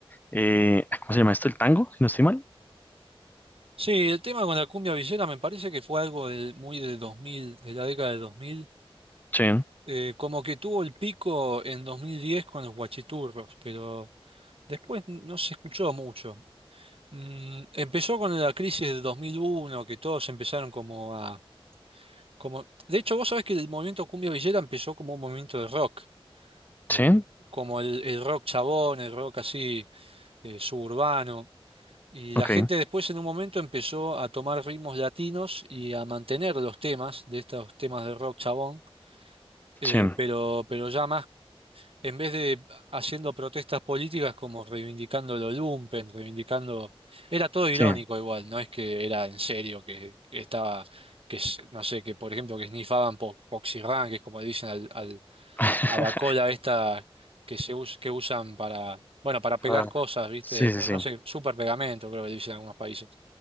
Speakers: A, on the left; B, on the right.
A: eh, ah, ¿cómo se llama esto? ¿El tango? Si no estoy mal.
B: Sí, el tema con la cumbia villera me parece que fue algo de- muy de 2000, de la década de 2000,
A: Sí,
B: eh, como que tuvo el pico en 2010 con los guachiturros, pero después n- no se escuchó mucho. Mm, empezó con la crisis de 2001, que todos empezaron como a... Como... De hecho, vos sabés que el movimiento cumbia villera empezó como un movimiento de rock, eh,
A: sí,
B: como el, el rock chabón, el rock así eh, suburbano. Y la
A: ok,
B: gente después en un momento empezó a tomar ritmos latinos y a mantener los temas de estos temas de rock chabón, eh,
A: sí,
B: pero, pero ya más, en vez de haciendo protestas políticas como reivindicando lo lumpen, reivindicando... Era todo irónico
A: sí.
B: igual, no es que era en serio, que, que estaba, que s- no sé, que por ejemplo que snifaban po poxirrán, que es como le dicen al, al-
A: <laughs>
B: a la cola esta que se us- que usan para, bueno, para pegar
A: Ah,
B: cosas, ¿viste?
A: sí,
B: No,
A: sí, sí.
B: no sé, super pegamento creo que le dicen en algunos países.